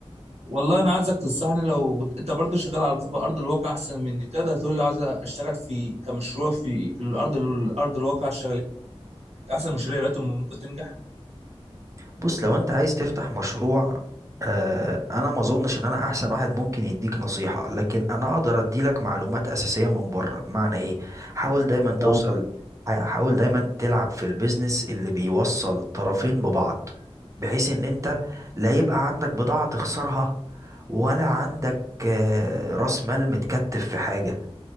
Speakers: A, on the right; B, on the right.
A: والله انا عايزك تنصحني لو انت برضو شغال على في ارض الواقع احسن مني تقدر تقول لي عايز اشتغل في كمشروع في في الارض الارض الواقع اشتغل إيه؟ احسن مشاريع دلوقتي ممكن تنجح
B: بص لو انت عايز تفتح مشروع آه انا ما اظنش ان انا احسن واحد ممكن يديك نصيحة لكن انا اقدر اديلك معلومات اساسية من بره بمعنى ايه حاول دايما
A: آه.
B: توصل حاول دايما تلعب في البيزنس اللي بيوصل طرفين ببعض بحيث ان انت لا يبقى عندك بضاعة تخسرها ولا عندك آه، راس مال متكتف في حاجة